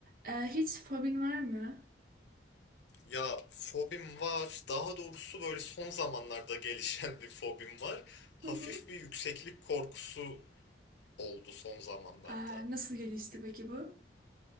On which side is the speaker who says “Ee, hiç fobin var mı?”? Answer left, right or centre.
Right